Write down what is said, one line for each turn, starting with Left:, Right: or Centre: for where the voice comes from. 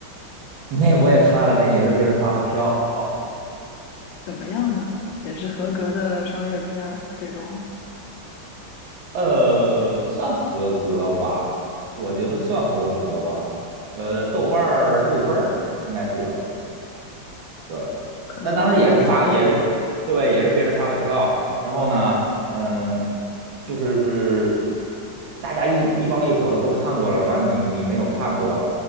Right: <laughs> 那我也看了，那也是别人发的票，
Left: 怎么样呢？也是合格的商业片儿，这种
Right: 呃，算合格吧，我觉得算合格吧，呃，豆瓣儿六分儿应该是有。对，
Left: 可能那个大场面，
Right: 那当时也是发，也是对，也是别人发的票。然后呢，嗯，就是大家一一帮一伙的都看过了，完了你你没有看过，